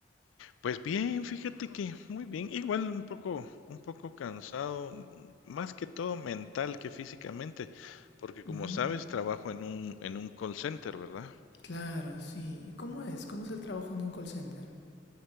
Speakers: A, on the left; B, on the left.
A: Pues bien, fíjate que muy bien, igual un poco, un poco cansado, m- más que todo mental que físicamente, porque como
B: Mm,
A: sabes, trabajo en un, en un call center, ¿verdad?
B: claro, sí. ¿Cómo es? ¿Cómo es el trabajo en un call center?